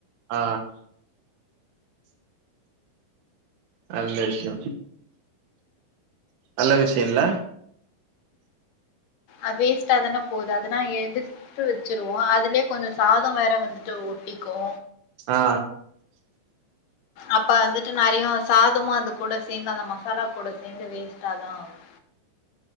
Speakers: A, on the right; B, on the left.
A: ஆ நல்ல விஷ்யொ நல்ல விஷியில்ல
B: அ வேஸ்ட்டா தான போது அதுனா எடுத்து வச்சிருவோ அதுலே கொஞ்ச சாதொ வேற வந்துட்டு ஓட்டிக் கோ
A: அ
B: அப்ப அந்துட்டு நிறியு சாதமு அது கூட சேந்து அந்த மசாலா கூட சேந்து வேஸ்ட்டா தா ஆகு